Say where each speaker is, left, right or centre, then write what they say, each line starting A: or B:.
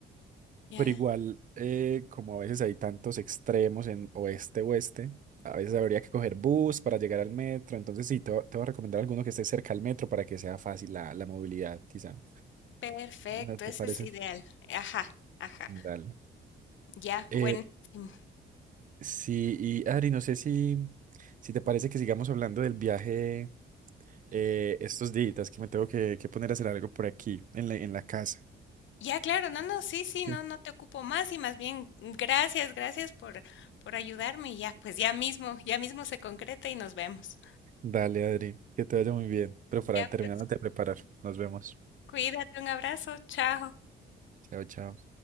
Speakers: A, on the left; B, on the right.
A: Ya,
B: Pero igual, eh, como a veces hay tantos extremos en oeste-oeste, a veces habría que coger bus para llegar al metro. Entonces, sí, te, va- te voy a recomendar alguno que esté cerca al metro para que sea fácil la, la movilidad, quizá.
A: perfecto,
B: ¿No te
A: ese
B: parece?
A: es ideal. Ajá, ajá,
B: Dale.
A: ya,
B: Eh,
A: buenísimo.
B: sí, y Adri, no sé si, si te parece que sigamos hablando del viaje eh, estos días, que me tengo que, que poner a hacer algo por aquí, en la, en la casa.
A: Ya, claro, no, no, sí, sí,
B: Sí.
A: no, no te ocupo más y más bien mm, gracias, gracias por, por ayudarme y ya, pues ya mismo, ya mismo se concreta y nos vemos.
B: Dale, Adri, que te vaya muy bien. Pero para
A: Ya,
B: terminando
A: pues
B: te preparar, nos vemos.
A: cuídate, un abrazo, chao.
B: Chao, chao.